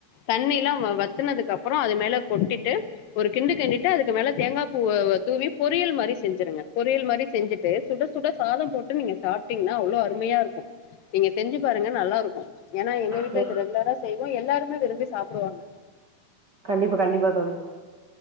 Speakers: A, on the left; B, on the right.
A: தண்ணி எல்லாம் வத் சுத்துனதுக்கு அப்புறம் அது மேல கொட்டிட்டு ஒரு கிண்டு கிண்டிட்டு அதுக்கு மேல தேங்காய் பூ தூவி பொரியல் மாதிரி செஞ்சுருங்க பொரியல் மாதிரி செஞ்சுட்டு சுட சுட சாதம் போட்டு நீங்க சாப்பிட்டீங்கன்னா அவ்வளவு அருமையா இருக்கும் நீங்க செஞ்சு பாருங்க நல்லா இருக்கும் ஏன்னா எங்க வீட்டுல
B: சரி
A: இது ரெகுலரா செய்வோம் எல்லாருமே விரும்பி சாப்பிடுவாங்க
B: கண்டிப்பா கண்டிப்பா தோழி